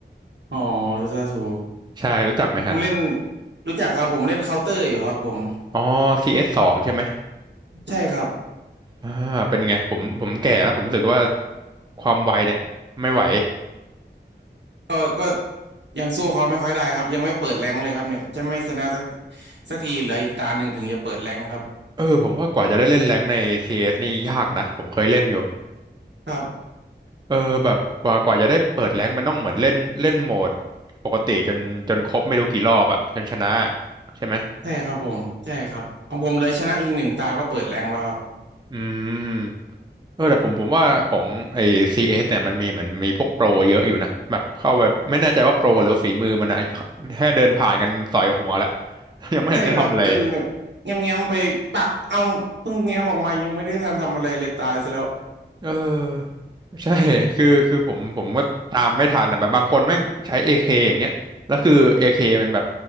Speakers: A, on the right (about 70°); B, on the right (about 25°).
A: อ๋อดูตาทู
B: ใช่รู้จักไหมฮะ
A: ผมเล่นรู้จักครับผมเล่นเคาน์เตอร์อยู่ครับผม
B: อ๋อ CS สสองใช่ไหม
A: ใช่ครับ
B: อ่าเป็นไงผมผมแก่แล้วผมรู้สึกว่าความไวเนี่ยไม่ไหว
A: ก็ก็ยังสู้เขาไม่ค่อยได้ครับยังไม่เปิดแรงค์เลยครับเนี่ยจะไม่ชนะสักสักทีเหลืออีกตาหนึ่งถึงจะเปิดแรงค์ครับ
B: เออผมว่ากว่าจะได้เล่นแรงค์ใน CS นี่ยากนะผมเคยเล่นอยู่
A: ครับ
B: เออแบบกว่ากว่าจะได้เปิดแรงค์มันต้องเหมือนเล่นเล่นโหมดปกติจนจนครบไม่รู้กี่รอบอะจนชนะใช่ไหม
A: ใช่ครับผมใช่ครับของผมเลยชนะอีกหนึ่งตาก็เปิดแรงแล้วครับ
B: อืมเออแต่ผมผมว่าของไอ้ CS เอสเนี่ยมันมีเหมือนมีพวกโปรเยอะอยู่นะแบบเข้าไปไม่แน่ใจว่าโปรหรือฝีมือมันนะแค่เดินผ่านกันสอยหัวแล้ว <laughs> ยังไม่เห็นได้ทำอะไร
A: ใช่ครับเดินแบบเงี้ยมๆไปปักเอาเพิ่งเง้ยมออกมายังไม่ได้ทันทำอะไรเลยตายซะแล้ว
B: เออใช่คือคือผมผมก็ตามไม่ทันนะแบบบางคนแม่งใช้ AK อเคอย่างเงี้ยแล้วคือ AK มันแบบ